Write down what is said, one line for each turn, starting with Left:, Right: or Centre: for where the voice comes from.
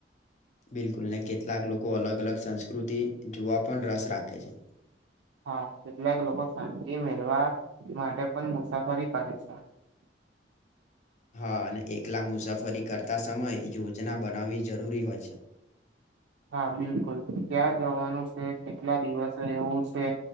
Left: બિલકુલ ને કેટલાક લોકો અલગ અલગ સંસ્કૃતિ જોવા પણ રસ રાખે છે
Right: હા કેટલાક લોકો શાંતિ મેળવા માટે પણ મુસાફરી કરે છે
Left: હા અને એકલા મુસાફરી કરતા સમયે યોજના બનાવવી જરૂરી હોય છે
Right: હા બિલકુલ ક્યાં જવાનું છે કેટલા દિવસ એવું છે